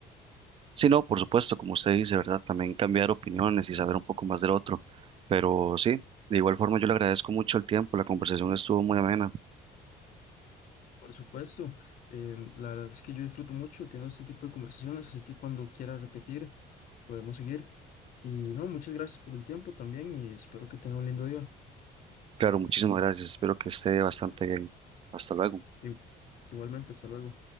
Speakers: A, on the right; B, on the left.
A: Sí, no, por supuesto, como usted dice, ¿verdad? También cambiar opiniones y saber un poco más del otro. Pero sí, de igual forma yo le agradezco mucho el tiempo, la conversación estuvo muy amena.
B: Por supuesto, em, la verdad es que yo disfruto mucho teniendo este tipo de conversaciones, así que cuando quiera repetir, podemos seguir. Y no, muchas gracias por el tiempo también y espero que tenga un lindo día.
A: Claro, muchísimas gracias, espero que esté bastante bien. Hasta luego.
B: Y- Igualmente, hasta luego.